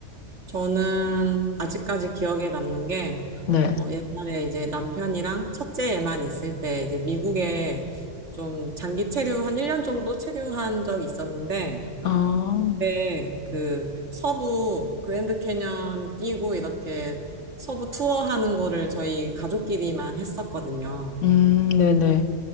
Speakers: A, on the right; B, on the left.
A: 저는 아직까지 기억에 남는 게,
B: 네.
A: 어, 옛날에 이제 남편이랑 첫째 애만 있을 때 이제 미국에 좀 장기 체류 한 1년 정도 체류한 적이 있었는데,
B: 아
A: 그때 그 서부 그랜드 캐년 끼고 이렇게 서부 투어하는 거를 저희 가족끼리만 했었거든요.
B: 음, 네네.